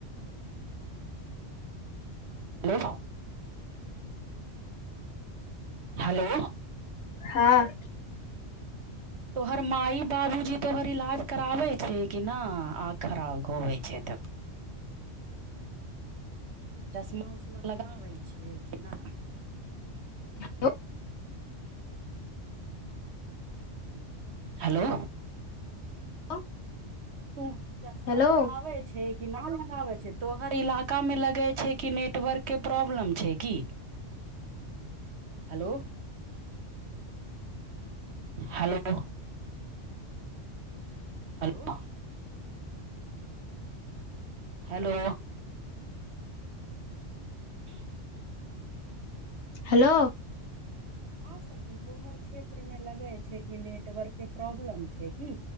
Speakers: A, on the right; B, on the left.
A: हेलो हेलो
B: हाँ
A: तोहर माई बाबूजी तोहर इलाज कराबै छै कि ना आँख खराब होबै छै तऽ चश्मा उश्मा लगाबै छियै की नहि
B: हेलो
A: हेलो
B: <unintelligible>
A: तू चश्मा
B: हेलो
A: लगाबै छै कि ना लगाबै छै तोहर इलाकामे लगै छै कि नेटवर्कके प्रॉब्लम छै की हेलो हेलो हेलो हेलो हूँ
B: हेलो
A: हाँ सखी तोहर क्षेत्रमे लगै छै की नेटवर्कके प्रॉब्लम छै की